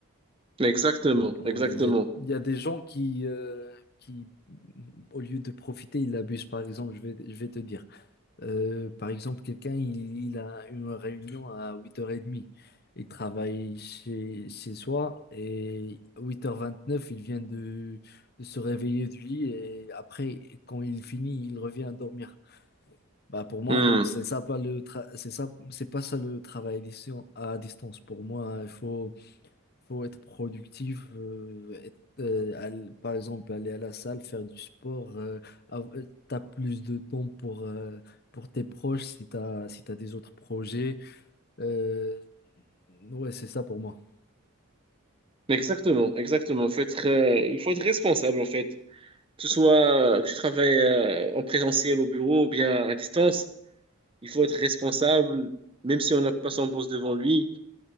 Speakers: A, on the right (about 25°); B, on the left (about 45°).
A: Exactement,
B: Ouais,
A: exactement.
B: il y a, il y a des gens qui, euh, qui, au lieu de profiter, ils abusent. Par exemple, je vais, je vais te dire. Euh, par exemple, quelqu'un, il, il a une réunion à 8h30. Il travaille chez, chez soi et à huit heures vingt-neuf il vient de, de se réveiller du lit et après, quand il finit, il revient dormir. Bah, pour moi,
A: Hmm.
B: non, c'est ça pas le tra- c'est ça, c'est pas ça le travail à distan- à distance. Pour moi, il faut, faut être productif, euh, être, euh, aller- par exemple aller à la salle, faire du sport. Euh, av- euh, t'as plus de temps pour, euh, pour tes proches si t'as, si t'as des autres projets. Euh, ouais, c'est ça pour moi.
A: Exactement, exactement. Faut être, euh, il faut être responsable en fait. que ce soit que tu travailles euh, en présentiel au bureau ou bien à distance, il faut être responsable. Même si on n'a pas son boss devant lui,